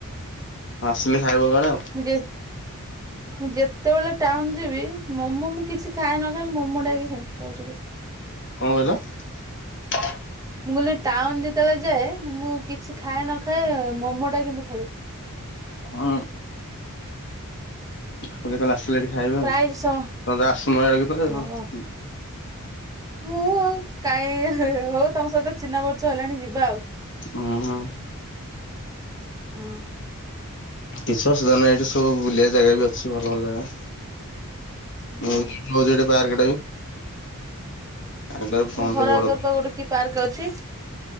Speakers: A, on the left; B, on the right.
A: ଆସିଲେ ଖାଇବ କାଳେ ଆଉ।
B: ମୁଁ ଯେ
A: ହ
B: ମୁଁ ଯେତେବେଳେ ଟାଉନ ଯିବି ମୋମୋ ମୁଁ କିଛି ଖାଏ ନ ଖାଏ ମୋମୋଟା ଆଗେ ଖାଇବି, ତାପରେ ଯୋଉ କଥା।
A: କଁ କହିଲ? ହଁ <inaudible>
B: ମୁଁ କହିଲି ଟାଉନ ଯେତେବେଳେ ଯାଏ ମୁଁ କିଛି ଖାଏ ନ ଖାଏ, ମୋମୋଟା କିନ୍ତୁ ଖାଏ।
A: ହଁ। ହଉ କେତେବେଳେ ଆସିଲେ ଏଠି ଖାଇବେ
B: ପ୍ରାୟ
A: ଆଉ,
B: ସ
A: ତମେ ତ ଆସୁନ ଆଡେ କେତେବେଳେ
B: ହଁ
A: ଆଉ।
B: ମୁଁ ଆଉ କାଇଁ ହଉ ତମ ସହିତ ଚିହ୍ନା ପର୍ଚ୍ଚ ହେଲାଣି ଯିବା ଆଉ।
A: ଉଁ ହୁଁ।
B: ହଁ।
A: କିଛି ଅସୁବିଧା ନାହିଁ ଏଇଠି ସବୁ ବୁଲିଆ ଜାଗା ବି ଅଛି ଭଲ ଭଲ ଜାଗା।
B: ହଁ
A: ମୁଁ <unintelligible> ଏଇଟା ପାର୍କଟା ବି। <unintelligible> ବଡ
B: ତମ
A: ପାର୍କ
B: ଘର ଆଗରେ ପା ଗୋଟେ କି ପାର୍କ ଅଛି?